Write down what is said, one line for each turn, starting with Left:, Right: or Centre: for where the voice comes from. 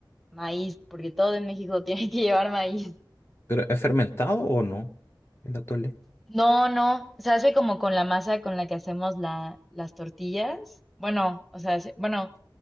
Centre: Maíz, porque todo en México <laughs> tiene que llevar maíz.
Left: ¿Pero es fermentado o no? El atole.
Centre: No, no, se hace como con la masa con la que hacemos la, las tortillas. Bueno, o sea, se- bueno,